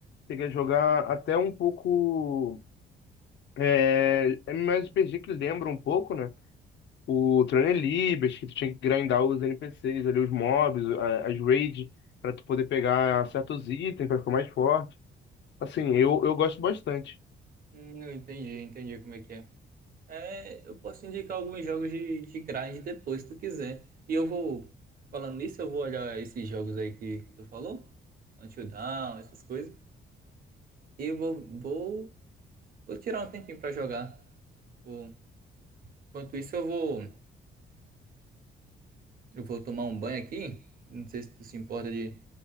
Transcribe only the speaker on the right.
Hum, eu entendi, entendi como é que é. É, eu posso indicar alguns jogos de, de grind depois, se tu quiser. E eu vou, falando nisso, eu vou olhar esses jogos aí que, que tu falou, Until Dawn, essas coisas. E eu vou, vou, vou tirar um tempinho pra jogar. Vou- enquanto isso, eu vou, eu vou tomar um banho aqui. Não sei se tu se importa de